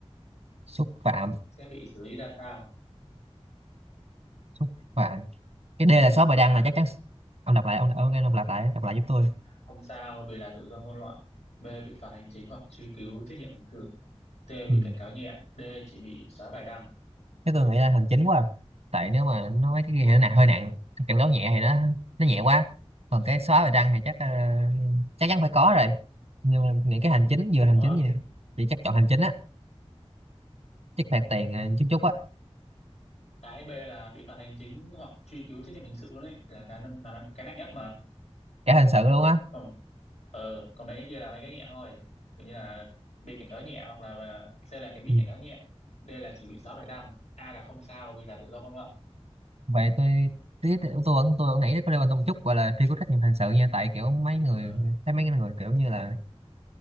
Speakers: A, on the right; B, on the left.
A: xúc phạm,
B: sẽ bị xử lý ra sao
A: xúc phạm. Cái D là shop bài đăng
B: A
A: là chắc chắn. Ông đọc lại, ông, ông, ông đọc lại, đọc lại giúp tôi.
B: không sao vì là tự do ngôn luận B bị phạt hành chính hoặc truy cứu trách nhiệm hình sự C
A: Ừ.
B: bị cảnh cáo nhẹ D chỉ bị xóa bài đăng
A: Thế tôi nghĩ là hành chính quá à. Tại nếu mà nó mấy cái kia thì nó nặng hơi nặng Cái cảnh cáo nhẹ thì nó nó nhẹ quá còn cái xóa bài đăng thì chắc ờ, chắc chắn phải có rồi nhưng mà nghĩ cái hành chính vừa hành
B: Ủa
A: chính gì chỉ chắc chọn hành chính á
B: ừm,
A: chắc phạt tiền ờ, chút chút á
B: cái B là bị phạt hành chính hoặc truy cứu trách nhiệm hình sự luôn ấy là cái là cái nặng nhất mà
A: cả hình sự luôn á
B: còn ờ còn mấy cái kia là mấy cái nhẹ thôi kiểu như là bị cảnh cáo nhẹ hoặc là à, C là cái bị
A: ừ.
B: cảnh cáo nhẹ D là chỉ bị xóa bài đăng A là không sao vì là tự do ngôn luận
A: vậy tôi tí tí- tôi vẫn tôi vẫn nghĩ có liên quan tới một chút gọi là truy cứu trách nhiệm hình sự nha tại kiểu mấy người
B: ờ
A: thấy mấy người kiểu như là